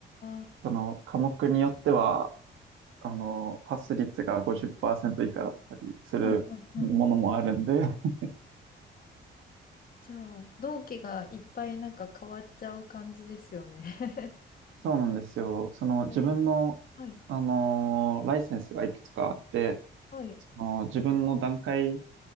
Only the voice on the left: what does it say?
あ、
うんうんうん
じゃあ、同期がいっぱいなんか変わっちゃう感じですよね。
<laughs> へえはい、
はい、